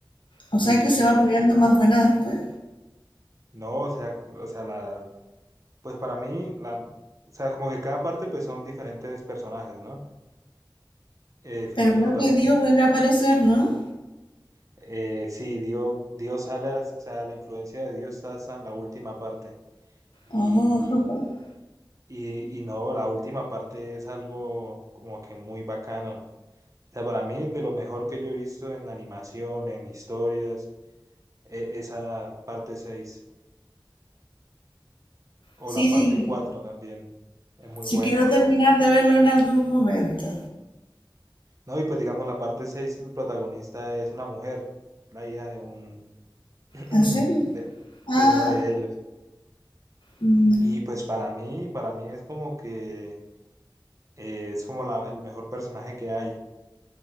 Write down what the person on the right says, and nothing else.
y
no, o sea, o sea, la, pues para mí, la, o sea, como que cada parte pues son diferentes personajes, ¿no? Eh, diferentes
protagonistas.
Eh, sí, Dios, Dios sale, a- o sea, la influencia de Dios está hasta en la última parte. y
Y, y no, la última parte es algo como que muy bacano. O sea, para mí es de lo mejor que yo he visto en animación, en historias, e- esa parte 6 o
la
parte 4 también es muy
buena.
No, y pues digamos la parte 6 el protagonista es una mujer, la hija de un <clears throat> de,
de uno de ellos.
Y pues para mí, para mí es como que eh, es como la- el mejor personaje que hay.